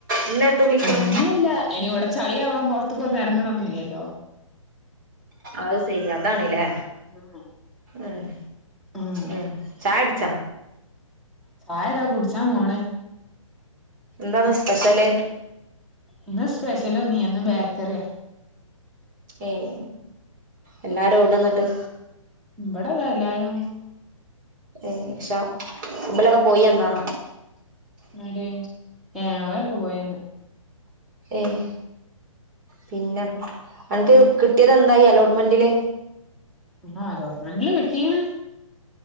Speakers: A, on the right (about 35°); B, in the centre.
A: ഈ നേരത്ത് കുളിക്ക്ണ്
B: ഒന്നല്ല ഇനി ഇവിടെ ചളിയാവാൻ പുറത്തേക്കു ഒന്ന് എറങ്ങണോന്നിയ്യല്ലോ
A: അത് ശരി അതാണ്ല്ലേ
B: ആഹ്
A: ഉം
B: ആഹ്
A: ഉം ചായ്ടിച്ചാ
B: ചായതാ കുടിച്ചാൻ പോണ്
A: എന്താന്ന് സ്പെഷ്യല്
B: ഇന്ന് സ്പെഷ്യലോ നീ എന്ന് ബേക്കറിയാ
A: ഏയ് എല്ലാരും എവിടെന്നിട്ട്
B: ഇവിടതാ എല്ലാരും
A: ഏഹ് ഇഷ മുമ്പിലൊക്കെ പോയിന്നാ
B: അതേ ഏഹ് അവരൊക്കെ പോയിന്ന്
A: ഏയ് പിന്നെ നിനക്ക് കിട്ട് ട്ടിയതെന്തായി അലോട്ട്മെന്റില്
B: ആഹ് അലോട്ട്മെന്റില് കിട്ടിയ്ണ്